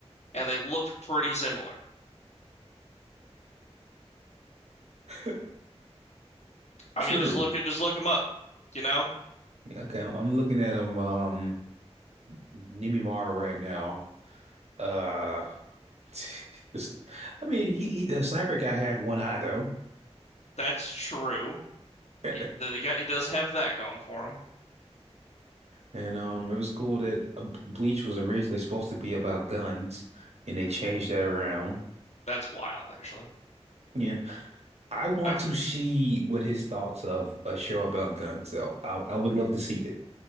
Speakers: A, on the left; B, on the right.
A: and they looked pretty similar.
B: <laughs>
A: I
B: True.
A: mean, just look at just look him up. You know,
B: Yeah, Okay, I'm looking at him. Um, Nimimara, right now. Uh, <laughs> this, I mean, he, he the sniper guy had one eye though,
A: that's true.
B: <laughs>
A: He the guy he does have that going for him.
B: and um, it was cool that uh, Bleach was originally supposed to be about guns, and they changed that around.
A: That's wild, actually.
B: Yeah, I want
A: i
B: to see what his thoughts of a show about guns though. I I would love to see it.